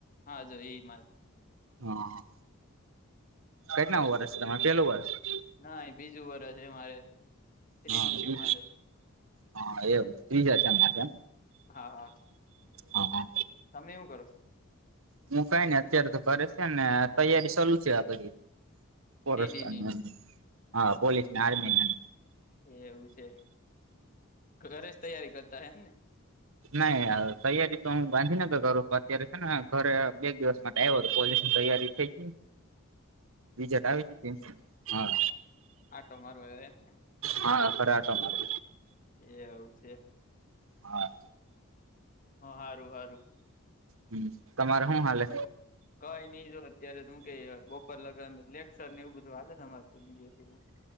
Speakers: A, on the left; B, on the right.
A: હા જો ઈમાજ.
B: હા. કેટલામું વર્ષ તમારે? પેલું વર્ષ.
A: નઈ બીજું વરહ. તે મારે ત્રીજું
B: હા
A: છે
B: એ
A: માલે
B: હા એમ ત્રીજા સેમમાં છે એમ.
A: હા હા
B: હા હા.
A: તમે હું કરો?
B: હું કાઈ નઈ અત્યારે તો ઘરે શે ને તૈયારી ચાલુ શે આગળની. ફોરેસ્ટર
A: સીડી ની
B: ને હા પોલીસને આર્મીને એમ.
A: એવું શે ઘરે જ તૈયારી કરતાં અહે એમને?
B: નઈ તૈયારી તો હું ગાંધીનગર કરું અત્યારે હેને ઘરે બે એક દિવસ મા ડાઈવર પોલીસની તૈયારી થઈ ગઈ?
A: <inaudible>
B: રીઝલ્ટ આવી ગયું પ્રિન્સનુ? હા.
A: આ તમારું આયુ એમ ને?
B: હા ખરા આટા મારું.
A: એ આવું છે.
B: હા.
A: હ હારું હારું.
B: હમ્મ, તમારે હું હાલે?
A: કઈ ની જો ત્યારે તું હું કે બોપર લગન લેકચર ને એવું બધું હાલે ને અમાર તો બી જે પી માં.